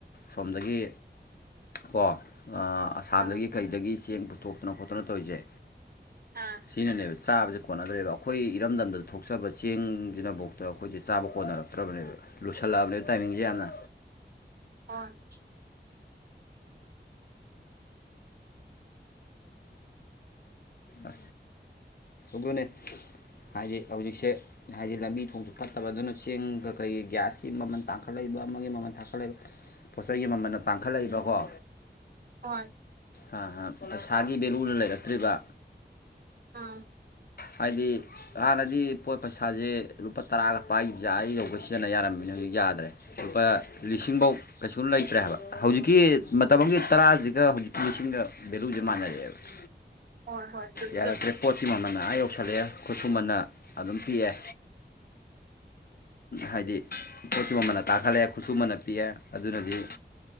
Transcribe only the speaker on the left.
ꯁꯣꯝꯗꯒꯤ ꯀꯣ ꯑꯥ ꯑꯁꯥꯝꯗꯒꯤ
ꯀꯩꯗꯒꯤ ꯆꯦꯡ ꯄꯨꯊꯣꯛꯇꯅ ꯈꯣꯠꯇꯅ ꯇꯧꯔꯤꯖꯦ
ꯁꯤꯅꯅꯦꯕ ꯆꯥꯕꯁꯦ ꯀꯣꯟꯅꯗ꯭ꯔꯦꯕ ꯑꯩꯈꯣꯏ ꯏꯔꯝꯗꯝꯗ ꯊꯣꯛꯆꯕ ꯆꯦꯡꯁꯤꯅꯕꯧ ꯇ ꯑꯩꯈꯣꯏꯖꯦ ꯆꯥꯕ ꯀꯣꯟꯅꯔꯛꯇ꯭ꯔꯕꯅꯦꯕ ꯂꯨꯁꯜꯂꯛꯑꯕꯅꯦꯕ ꯇꯥꯏꯃꯤꯡꯖꯦ ꯌꯥꯝꯅ
ꯑ ꯑꯗꯨꯅꯦ ꯍꯥꯏꯗꯤ ꯍꯧꯖꯤꯛꯁꯦ ꯍꯥꯏꯗꯤ ꯂꯝꯕꯤ ꯊꯣꯡꯁꯨ ꯐꯠꯇꯕ ꯑꯗꯨꯅ ꯆꯦꯡꯒ ꯀꯩ ꯒ꯭ꯌꯥꯁꯀꯤ ꯃꯃꯜ ꯇꯥꯡꯈꯠꯂꯩꯕ ꯑꯃꯒꯤ ꯃꯃꯜ ꯇꯥꯡꯈꯠꯂꯩꯕ ꯄꯣꯠꯆꯩꯒꯤ ꯃꯃꯟꯅ ꯄꯥꯡꯈꯠꯂꯩꯕꯀꯣ
ꯍꯥ ꯍꯥ ꯄꯩꯁꯥꯒꯤ ꯚꯦꯂꯨꯗ ꯂꯩꯔꯛꯇ꯭ꯔꯤꯕ
ꯍꯥꯏꯗꯤ ꯍꯥꯟꯅꯗꯤ ꯄꯣꯠ ꯄꯩꯁꯥꯁꯦ ꯂꯨꯄꯥ ꯇꯔꯥꯒ ꯄꯥꯏꯒꯤꯕꯖꯦ ꯑꯥ ꯌꯧꯒꯩ ꯁꯤꯖꯤꯟꯅ ꯌꯥꯔꯝꯃꯤꯅꯤ ꯍꯧꯖꯤꯛ ꯌꯥꯗ꯭ꯔꯦ ꯂꯨꯄꯥ ꯂꯤꯁꯤꯡꯕꯥꯎ ꯀꯩꯁꯨ ꯂꯩꯇ꯭ꯔꯦ ꯍꯥꯏꯕ ꯍꯧꯖꯤꯛꯀꯤ ꯃꯇꯝ ꯑꯃꯒꯤ ꯇꯔꯥꯖꯤꯒ ꯍꯧꯖꯤꯛꯀꯤ ꯂꯤꯁꯤꯡꯒ ꯚꯦꯂꯨꯁꯦ ꯃꯥꯟꯅꯔꯛꯑꯦꯕ <inaudible>
ꯌꯥꯔꯛꯇ꯭ꯔꯦ
ꯄꯣꯠꯀꯤ ꯃꯃꯜꯅ ꯑꯥ ꯌꯧꯁꯤꯜꯂꯛꯑꯦ ꯈꯨꯠꯁꯨꯃꯟꯅ ꯑꯗꯨꯝ ꯄꯤꯛꯑꯦ ꯍꯥꯏꯗꯤ ꯄꯣꯠꯀꯤ ꯃꯃꯜꯅ ꯇꯥꯈꯠꯂꯛꯑꯦ ꯈꯨꯠꯁꯨꯃꯟꯅ ꯄꯤꯛꯑꯦ ꯑꯗꯨꯅꯗꯤ